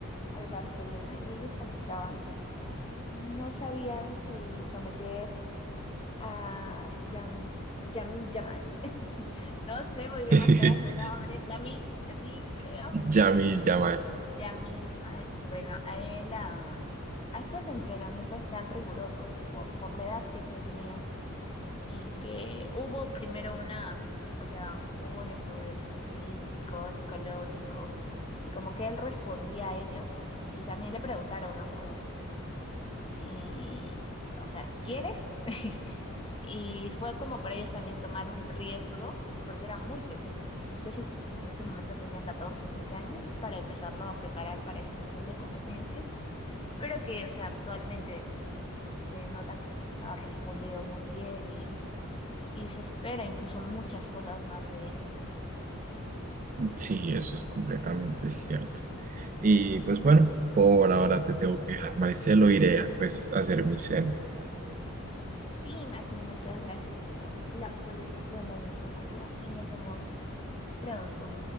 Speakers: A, on the left; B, on the right.
A: al Barcelona y ellos comentaban ¿no? que no sabían si someter a Yam, Yamin Yamal. <laughs> No sé muy bien
B: <laughs>
A: hasta ahora su nombre. Lamin, Lamin, creo.
B: Yamil Yamal.
A: Yamin Yamal. Bueno, a él, a, a estos entrenamientos tan rigurosos, ¿no? Por, por la edad que él tenía y que hubo primero una, o sea, hubo un estudio como físico, psicológico, y como que él respondía a ello, y también le preguntaron, ¿no? Como, y, o sea, ¿quieres? <laughs> Y fue como para ellos también tomar un riesgo, porque era muy pequeño, no sé si en ese momento tenía 14 15 años, para empezarlo a preparar para ese nivel de competencia, pero que, o sea, actualmente se nota que pues ha respondido muy bien y se espera incluso muchas cosas más de él.
B: Sí, eso es completamente cierto. Y pues bueno, por ahora te tengo que dejar, Maricelo, iré a, pues, a hacer mi cena.
A: Sí, Maggie, muchas gracias por la actualización de la información y nos vemos pronto.